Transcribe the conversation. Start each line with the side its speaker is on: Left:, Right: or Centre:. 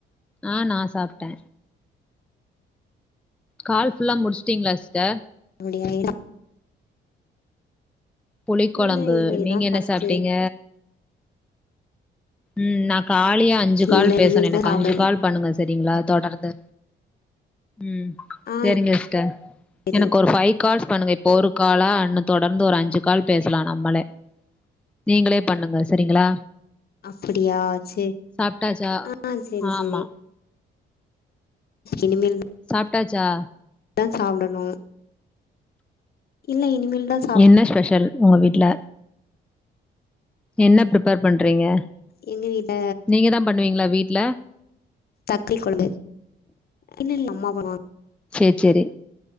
Centre: ஆ நா சாப்ட்டே கால் ஃபுல்லா முடிச்சுட்டீங்களா சிஸ்ட
Left: முடியலை
Centre: புளிக்குழம்பு
Left: இல்ல இல்ல இதா
Centre: நீங்க என்ன
Left: ஃபஸ்ட்டு
Centre: சாப்ட்டீங்க ம் நா காலே அஞ்சு கால்
Left: இல்ல
Centre: பேசணு
Left: இனிமேல்தா
Centre: எனக்கு
Left: சாப்டணு
Centre: அஞ்சு கால் பண்ணுங்க சரிங்ளா தொடர்ந்து ம்
Left: ஆ
Centre: சேரிங்க சிஸ்ட
Left: சேரி
Centre: எனக்கு ஒரு ஃபை கால்ஸ் பண்ணுங்க இப்போ ஒரு காலா இன்னு தொடர்ந்து ஒரு அஞ்சு கால் பேசலா நம்மளே நீங்களே பண்ணுங்க சரிங்களா
Left: அப்புடியா சேரி
Centre: சாப்ட்டாச்சா
Left: ஆ சேரி
Centre: ஆமா
Left: சேரி இனிமேல்
Centre: சாப்டாச்சா
Left: தா சாப்டணு இல்ல இனிமேல் தா
Centre: என்ன ஸ்பெஷல் உங்க வீட்டுல என்ன ப்ரிப்பேர் பண்றீங்க
Left: எங்க வீட்ல
Centre: நீங்க தா பண்ணுவீங்ளா வீட்ல
Left: தக்ளி குழம்பு இல்ல இல்ல அம்மா பண்ணுவா
Centre: சேர் சேரி